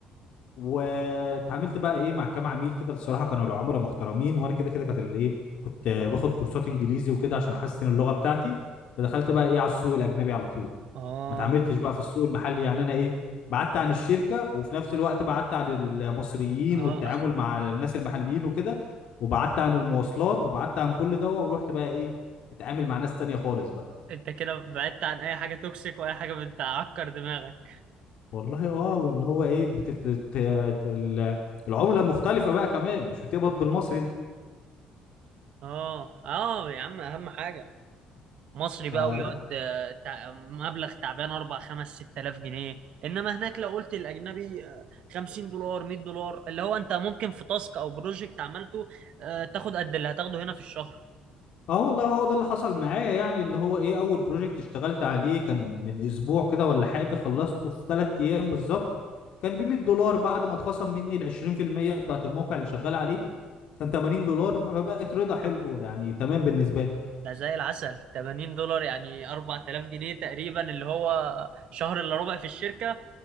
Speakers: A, on the left; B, on the right.
A: واتعاملت بقى ايه مع كام عميل كده الصراحه كانوا العملاء محترمين وانا كده كده كانت اللي ايه كنت باخد كورسات انجليزي وكده عشان احسن اللغه بتاعتي فدخلت بقى ايه على السوق الاجنبي على طول
B: اه
A: ما اتعاملتش بقى في السوق المحلي يعني انا ايه بعدت عن الشركه وفي نفس الوقت بعدت عن المصريين
B: اه
A: والتعامل
B: <laughs>
A: مع الناس المحليين وكده وبعدت عن المواصلات وبعدت عن كل ده ورحت بقى ايه اتعامل مع ناس تانية خالص بقى
B: انت كده بعدت عن اي حاجه توكسيك واي حاجه بتعكر دماغك
A: والله اه واللي هو ايه بتت... بت- ال- العمله مختلفه بقى كمان مش بتقبض بالمصري انت
B: اه اه يا عم اهم حاجه مصري بقى
A: فلا
B: ويقعد آه، تع- مبلغ تعبان 4 5 6000 جنيه انما هناك لو قلت الاجنبي آه، 50 دولار 100 دولار اللي هو انت ممكن في تاسك او بروجكت عملته آه، تاخد قد اللي هتاخده هنا في الشهر
A: اه والله هو ده اللي حصل معايا يعني اللي هو ايه اول بروجكت اشتغلت عليه كان من اسبوع كده ولا حاجه خلصته في ثلاث ايام بالظبط كان ب 100 دولار بعد ما اتخصم مني ال 20% بتاعت الموقع اللي شغال عليه كان 80 دولار فبقت رضا حلوه يعني تمام بالنسبه لي
B: ده زي العسل 80 دولار يعني 4000 جنيه تقريبا اللي هو شهر الا ربع في الشركة